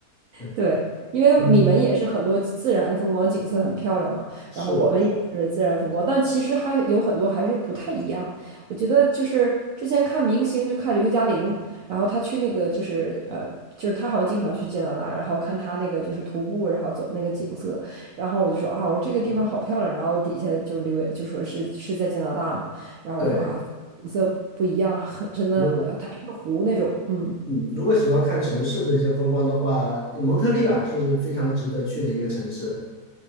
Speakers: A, on the left; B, on the right.
A: 对，
B: 对，因为你们也是很多自然风光景色很漂亮嘛，
A: 嗯，是。
B: 然后我们也是自然风光，但其实还有很多还是不太一样。我觉得就是之前看明星，就看刘嘉玲，然后她去那个就是呃，就是她好像经常去加拿大，然后看她那个就是徒步，然后走那个景色，然后我就说啊，我说这个地方好漂亮，
A: 啊，
B: 然后底下就留言就说是是在加拿大嘛，然后我说啊，
A: 对，
B: 景色不一样，很真的，
A: 如果
B: 呃它是个湖那种，嗯，
A: 嗯，如果喜欢看城市的一些风光的话，蒙特利尔是非常值得去的一个城市。